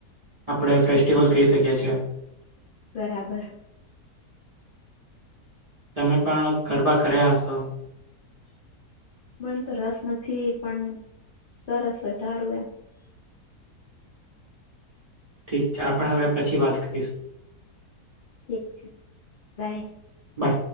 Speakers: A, on the right; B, on the left.
A: આપણે ફેસ્ટિવલ કહી શકીએ છીએ
B: બરાબર
A: તમે પણ ગરબા કર્યા હશો
B: મને તો રસ નથી પણ સરસ હોય સારું એમ
A: ઠીક છે આપણે હવે પછી વાત કરીશું
B: ઠીક છે બાય
A: બાય